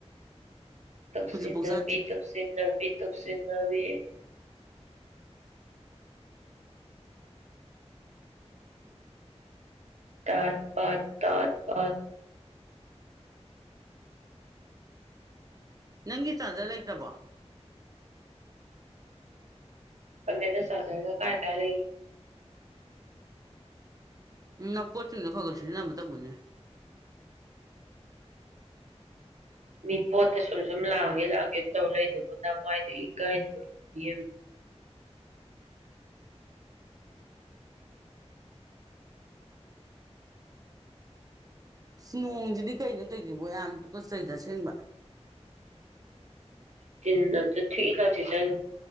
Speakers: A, on the right (about 85°); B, on the right (about 30°).
A: ꯇꯧꯁꯤꯟꯅꯕꯤ
B: ꯍꯧꯖꯤꯛꯐꯥꯎ ꯆꯥꯗ꯭ꯔꯤ
A: ꯇꯧꯁꯤꯟꯅꯕꯤ ꯇꯧꯁꯤꯟꯅꯕꯤ ꯇꯥꯠ ꯄꯥꯠ ꯇꯥꯠ ꯄꯥꯠ
B: ꯅꯪꯒꯤ ꯆꯥꯖꯔ ꯂꯩꯇꯔꯕꯣ
A: ꯄꯟꯗꯦꯗ ꯆꯥꯔꯖꯔꯒ ꯀꯥꯏ ꯀꯥꯢ ꯂꯤꯒꯤ
B: ꯎꯝ ꯅꯄꯣꯠꯁꯤꯡꯗꯣ ꯈꯔ ꯈꯔ ꯁꯤꯖꯤꯟꯅꯕ ꯇꯝꯃꯨꯅꯦ
A: ꯃꯤ ꯄꯣꯠꯇ ꯁꯨꯝ ꯁꯨꯝ ꯂꯥꯡꯒꯦ ꯂꯥꯡꯒꯦ ꯇꯧ ꯂꯩꯗꯨꯕꯨ ꯃꯥꯏꯗꯨ ꯏꯀꯥꯏꯗ꯭ꯔꯣ ꯢꯕꯦꯝ
B: ꯅꯣꯡꯖꯤꯗꯤ ꯀꯩꯅꯣ ꯇꯧꯖꯤꯕꯣ ꯌꯥꯝ ꯇꯨꯀꯠꯆꯩꯗ ꯑꯁꯦꯡꯕ
A: ꯇꯤꯟꯗꯣ ꯑꯝꯇꯥ ꯊꯨꯢ ꯂꯥꯎ ꯁꯤꯆꯟ